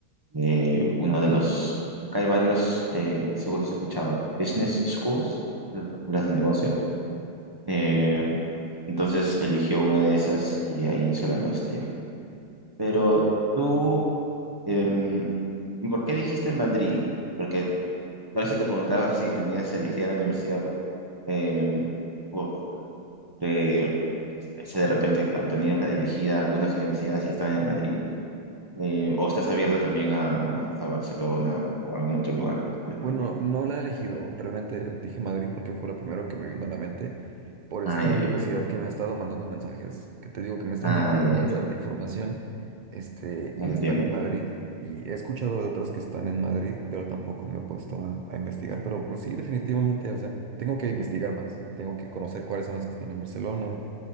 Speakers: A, on the right; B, on the right.
A: eh, uno de los, acá hay varios, eh, seguro has escuchado, business schools, las escuelas de negocio, eh, entonces eligió una de esas y ahí hizo la maestría. Pero tú, em, ¿y por qué dijiste Madrid? Porque por eso te preguntaba si tenías elegida la universidad, em, bo- eh, pensé de repente, claro, tenías la- elegida algunas universidades y estaban en Madrid, Eh, ¿o estás abierto también a, a Barcelona o a algún otro lugar de España?
B: Bueno, no la he elegido. Realmente dije Madrid porque fue lo primero que me vino a la mente por
A: Ay,
B: esta universidad
A: ay, ay.
B: que me ha estado mandando mensajes, que te digo que me están
A: Ay,
B: llenando el
A: ay,
B: WhatsApp
A: ay.
B: de información, este, y
A: Entiendo.
B: están en Madrid. Y he escuchado de otras que están en Madrid, pero tampoco me he puesto a, a investigar. Pero pues sí, definitivamente, o sea, tengo que investigar más. Tengo que conocer cuáles son las que están en Barcelona,